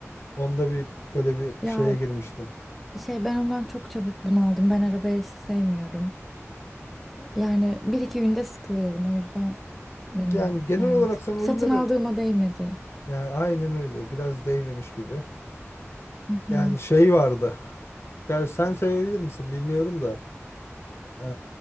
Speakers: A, on the left (about 55°); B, in the centre.
A: Onda bir böyle bir
B: Ya
A: şeye girmişti.
B: şey ben ondan çok çabuk bunaldım. Ben araba yarışı sevmiyorum. Yani bir iki günde sıkılıyorum o yüzden bilmiyorum.
A: Yani genel
B: Yani
A: olarak sen oyunları
B: satın aldığıma değmedi.
A: yani aynen öyle biraz değmemiş gibi.
B: Hı hı.
A: Yani şey vardı. Gerçi sen sevebilir misin bilmiyorum da. eee,